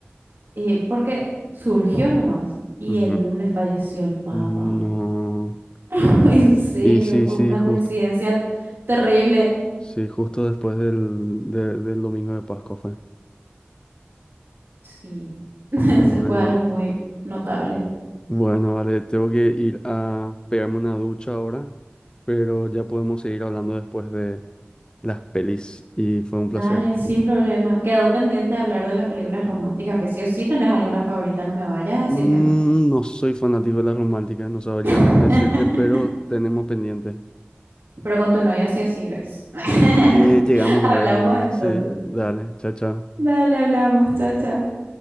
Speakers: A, on the right; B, on the left.
A: eh, porque surgió nomás. Y
B: Ujú.
A: el lunes falleció el Papa.
B: No.
A: <laughs> En serio,
B: Y sí,
A: fue
B: sí,
A: una
B: justo
A: coincidencia terrible.
B: Sí, justo después del, de- del domingo de Pascua fue.
A: Sí, <laughs>
B: Bueno,
A: fue algo muy notable.
B: bueno, vale, tengo que ir a pegarme una ducha ahora, pero ya podemos seguir hablando después de las pelis y fue un
A: Dale,
B: placer.
A: sin problema. Quedó pendiente de hablar de las películas románticas, que sí o sí tenés alguna favorita, no me vayas a
B: Mm,
A: decir que no.
B: no soy fanático de las románticas, no sabría
A: <laughs>
B: cuál decirte, pero tenemos pendiente.
A: Pero con tu novia sí o sí ves. <laughs>
B: Eh, llegamos
A: Hablamos
B: a ver algunas,
A: entonces.
B: sí. Dale, chao, chao.
A: Dale, hablamos. Chao, chao.